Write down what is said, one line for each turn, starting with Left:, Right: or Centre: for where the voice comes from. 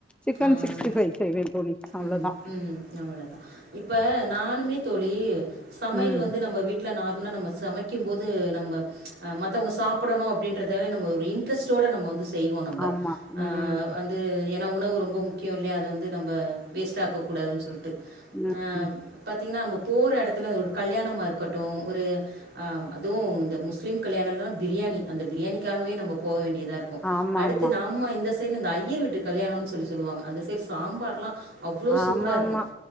Centre: சிக்கன்
Right: ஆ
Centre: சிக்ஸ்ட்டிஃபைவ் செய்வேன் தோழி அவ்ளோதா
Right: ம் அவ்வளதா இப்ப நானுமே தோழி சமயல்
Centre: ம்
Right: வந்து நம்ம வீட் ல நார்மலா நம்ம சமைக்கும் போது நம்ம மத்தவங்க சாப்டணு அப்டின்றத நம்ம ஒரு இன்ட்ரெஸ்டோட நம்ம வந்துஸ் செய்வோ நம்ப
Centre: ஆமா
Right: அ
Centre: ம்
Right: வந்து ஏனா உணவு ரொம்பொ முக்கியொ இல்லைய அத வந்து நம்ப வேஸ்டா போக்கூடாதுன் சொல்ட்டு
Centre: ம்
Right: ஆஹ் பாத்திங்னா போற எடத்துல ஒரு கல்யாணமா இருக்கட்டு ஒரு அ அதுவு இந்த முஸ்லிம் கல்யாணல்லனா பிரியாணி அந்த பிரியாணிக்காகவே நம்ம போக வேண் இதா இருக்கு
Centre: ஆமா
Right: அடுத்து
Centre: ஆமா
Right: நம்ம இந்தஸ் தன் இந்த ஐயருவீட்டு கல்யாணோனு சொல்லி சொல்லுவாங்க அந்த சாம்பார்லா அவ் ளோ சூப்ராருக்கு
Centre: ஆமா ஆமா